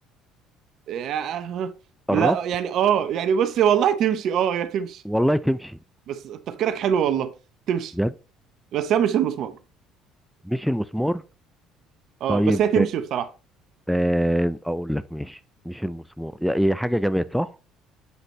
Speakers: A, on the right; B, in the centre.
A: يا-
B: قربت
A: لا يعني اه يعني بص والله تمشي اه يا تمشي
B: والله تمشي
A: بس تفكيرك حلو والله تمشي
B: بجد
A: بس هي مش المسمار
B: مش المسمار
A: اه
B: طيب
A: بس هي تمشي بصراحة
B: آه، اقول لك ماشي مش المسمار هي حاجه جماد صح